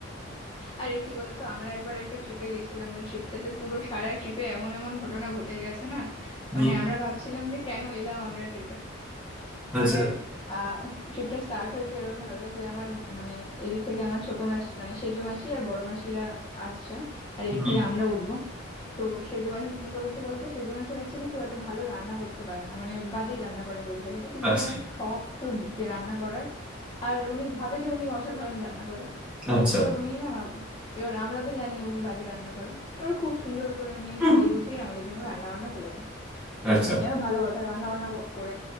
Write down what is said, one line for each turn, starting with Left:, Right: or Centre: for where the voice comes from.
Left: আরে কি বলতো আমরা একবার একটা ট্রিপে গেছিলাম ওই ট্রিপটাতে পুরো সারা ট্রিপে এমন এমন ঘটনা ঘটে গেছে না
Centre: হুম,
Left: মানে আমরা ভাবছিলাম যে কেন এলাম আমরা ট্রিপে
Centre: আচ্ছা
Left: মানে আহ ট্রিপটা স্টার্ট হয়েছে এরকম ভাবে যে আমার মানে এদিক থেকে আমার ছোট মাস মানে সেজো মাসি আর বড় মাসিরা আসছে আর এদিক
Centre: হুম,
Left: থেকে আমরা উঠবো তো সেজো মাসি কি করেছে বলো তো সেজো মাসির অ্যাকচুয়ালি খুব একটা ভালো রান্না করতে পারে না মানে বাজেই রান্না করে বলতে গেলে কিন্তু
Centre: আচ্ছা
Left: ওনার শখ খুব যে রান্না করার আর উনি ভাবে যে উনি অসাধারণ রান্না করে
Centre: আচ্ছা
Left: এবার উনি না এবার আমরা তো জানি উনি বাজে রান্না করে এবার খুব সুন্দর করে উনি
Centre: হুম,
Left: সাজিয়ে গুছিয়ে আমাদের জন্য রান্না বান্না করেছে
Centre: আচ্ছা
Left: এবার ভালো কথা রান্না বান্না করে